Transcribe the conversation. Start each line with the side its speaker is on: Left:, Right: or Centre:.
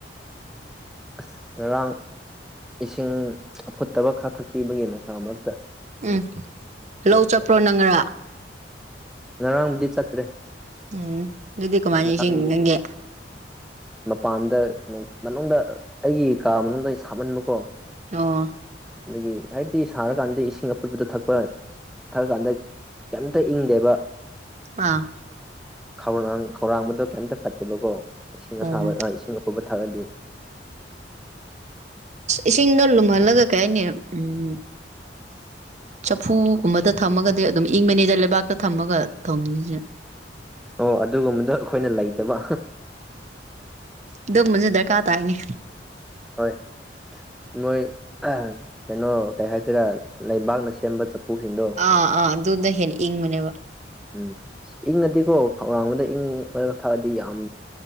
Centre: ꯑꯁ ꯉꯔꯥꯡ ꯏꯁꯤꯡ ꯑꯐꯨꯠꯇꯕ ꯈꯔ ꯊꯛꯄꯤꯕꯒꯤ ꯅꯨꯡꯁꯥ ꯃꯔꯛ
Right: ꯎꯝ ꯂꯧ ꯆꯠꯄ꯭ꯔꯣ ꯅꯪ ꯉꯔꯥꯡ
Centre: ꯉꯔꯥꯡꯕꯨꯗꯤ ꯆꯠꯇ꯭ꯔꯦ
Right: ꯎꯝ ꯑꯗꯨꯗꯤ‌ ꯀꯃꯥꯏꯅ
Centre: ꯉꯔꯥꯡꯗꯤ
Right: ꯅꯤꯡꯁꯤꯡꯏ‌ ꯅꯪꯗꯤ
Centre: ꯃꯄꯥꯟꯗ ꯃꯅꯨꯡꯗ ꯑꯩꯒꯤ ꯀꯥ ꯃꯅꯨꯡꯗ ꯁꯥꯃꯟꯕꯀꯣ
Right: ꯑꯣ
Centre: ꯑꯗꯒꯤ ꯍꯥꯏꯕꯗꯤ ꯁꯥꯔꯀꯥꯟꯗ ꯏꯁꯤꯡ ꯑꯐꯨꯠꯕꯗꯣ ꯊꯛꯄ ꯊꯛꯑ ꯀꯥꯟꯗ ꯀꯩꯝꯇ ꯏꯪꯗꯦꯕ
Right: ꯑ
Centre: ꯈꯧꯔꯥꯡ ꯈꯧꯔꯥꯡꯕꯗꯣ ꯀꯩꯝꯇ ꯐꯠꯇꯦꯕꯀꯣ ꯏꯁꯤꯡ
Right: ꯑꯣ
Centre: ꯑꯁꯥꯕ ꯏꯁꯤꯡ ꯑꯐꯨꯠꯄ ꯊꯛꯑꯗꯤ
Right: ꯏꯁꯤꯡꯗꯣ ꯂꯨꯝꯍꯜꯂꯒ ꯀꯩ ꯍꯥꯏꯅꯤ ꯎꯝ ꯆꯐꯨꯒꯨꯝꯕꯗ ꯊꯝꯃꯒꯗꯤ ꯑꯗꯨꯝ ꯏꯪꯕꯅꯤꯗꯦ ꯂꯩꯕꯥꯛꯇ ꯊꯝꯃꯒ ꯊꯝꯒꯦꯗꯦ
Centre: ꯑꯣ ꯑꯗꯨꯒꯨꯝꯕꯗꯣ ꯑꯩꯈꯣꯏꯅ ꯂꯩꯇꯕ
Right: ꯑꯗꯨꯝꯕꯁꯨ ꯗꯔꯀꯥꯔ ꯇꯥꯏꯅꯦ
Centre: ꯍꯣꯏ ꯅꯣꯏ ꯀꯩꯅꯣ ꯀꯩ ꯍꯥꯏꯁꯤꯔ ꯂꯩꯕꯥꯛꯅ ꯁꯦꯝꯕ ꯆꯐꯨꯁꯤꯡꯗꯣ
Right: ꯑꯥ ꯑꯥ ꯑꯗꯨꯅ ꯍꯦꯟꯅ ꯏꯪꯕꯅꯦꯕ
Centre: ꯎꯝ ꯑ ꯏꯪꯉꯗꯤꯀꯣ ꯈꯧꯔꯥꯡꯕꯗ ꯏꯪꯕꯒ ꯊꯛꯑꯗꯤ ꯌꯥꯝ